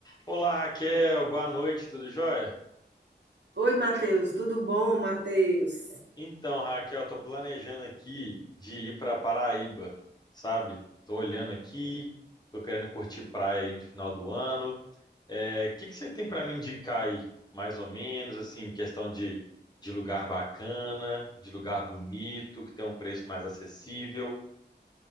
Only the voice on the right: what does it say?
Oi, Matheus, tudo bom, Matheus?